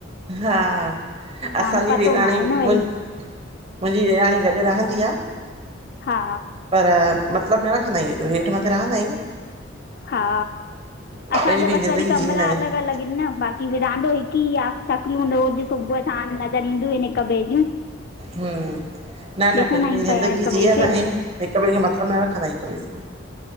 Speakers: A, on the right (about 30°); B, on the left (about 50°).
A: हा असांजी
B: हाणे पतो
A: ॾेराणी
B: न आहे
A: मु
B: न वरी
A: मुंजी ॾेराणी गॾु रहंदी आ।
B: हा।
A: पर मतिलबु न रखंदा आहियूं एॾो हेठि मथे रहंदा आहियूं।
B: हा
A: पंजी
B: असांजा
A: पंजी
B: बसि
A: ज़िंदगी
B: वरी कमिरा
A: थींदा आहियूं।
B: अलॻि अलॻि बाक़ी विरांडो हिकु ई आ। शकलियूं दो हु सुबुह साणु नज़र ईंदियूं आहिनि हिक ॿिए जूं। <inaudible>
A: हां, न
B: ॾिसंदा
A: न पंहिंजी
B: आहियूं
A: पंहिंजी
B: पिया
A: ज़िंदगी
B: हिक ॿिए
A: जीअंदा
B: खे
A: आहियूं। हिक ॿिए खे मतिलबु न रखंदा आहियूं हिक ॿिए सां।